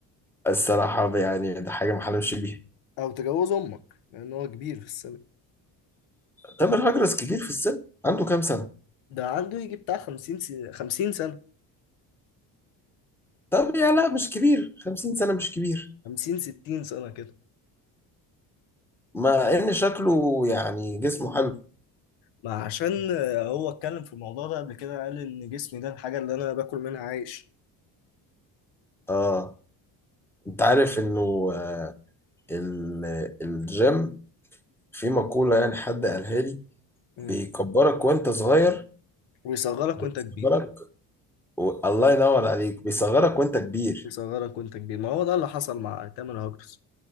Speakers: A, in the centre; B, on the left.
A: الصراحة يعني ده حاجة ما حلمش بيها
B: او تجوزه امك لان هو كبير في السن
A: تامر هجرس كبير في السن عنده كام سنة
B: ده عنده يجي بتاع 50 سنة 50 سنة
A: طب يا لا مش كبير 50 سنة مش كبير
B: 50 60 سنة كده
A: مع ان شكله يعني جسمه حلو
B: ما عشان آه، هو اتكلم في الموضوع ده قبل كده قال ان جسمي ده الحاجة اللي انا باكل منها عايش
A: اه انت عارف انه آه ال- الجيم في مقولة يعني حد قالها لي
B: مم.
A: بيكبرك وانت صغير
B: ويصغرك
A: بيصغرك
B: وانت كبير
A: و... الله ينور عليك بيصغرك وانت كبير
B: يصغرك وانت كبير ما هو ده اللي حصل مع تامر هاجرس